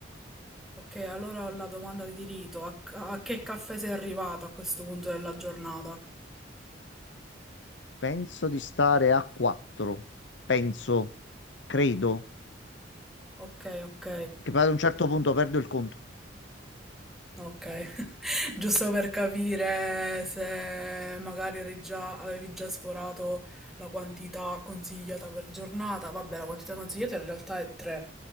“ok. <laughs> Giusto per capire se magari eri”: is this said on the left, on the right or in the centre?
Centre